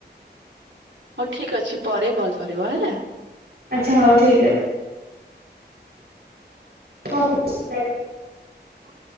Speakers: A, on the right; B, on the right.
A: ହଉ ଠିକ ଅଛି ପରେ କଲ କରିବ ହେଲା।
B: ଆଚ୍ଛା ହଉ ଠିକ୍ ଅଛି।
A: ହଁ
B: <inaudible>
A: ହଁ।